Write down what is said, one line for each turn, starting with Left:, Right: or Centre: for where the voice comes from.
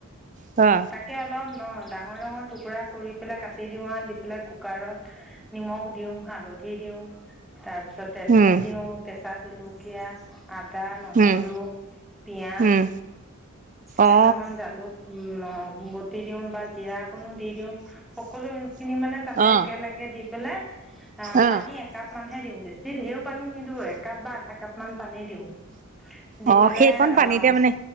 Right: অ
Centre: তাকে অলপ অ ডাঙৰ ডাঙৰ টুকুৰা কৰি পেলাই কাটি দিওঁ আৰু কুকাৰত নিমখ দিও হালধি দিওঁ তাৰপিছত তেজপাত
Right: উম
Centre: দিও কেঁচা জলকীয়া, আদা, নহৰু,
Right: উম
Centre: পিয়াজ
Right: উম
Centre: কেইটামান
Right: অ
Centre: জালুক উম, বটি দিওঁ বা জিৰা অকণো দি দিওঁ সকলো খিনি মানে তাতে
Right: অ
Centre: একেলগে দি পেলাই অহ
Right: অ
Centre: পানী একাপ মানহে দিওঁ বেছি বেছি ধেৰ পানী নিদিওঁ একাপ বা আধা কাপ মান পানী দিওঁ দি
Right: অ
Centre: পেলাই
Right: সেইকণ পানীতে
Centre: অ'।
Right: মানে